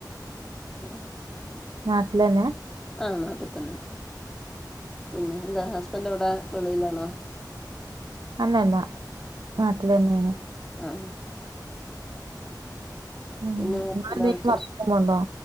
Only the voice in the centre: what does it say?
ആഹ്.
ആഹ് നാട്ടിൽ തന്നെ പിന്നെ എന്താ ഹസ്ബന്റ് എവിടെ വെളിയിലാണോ?
ആഹ്.
പിന്നെ
വേറെന്താ വിശേഷം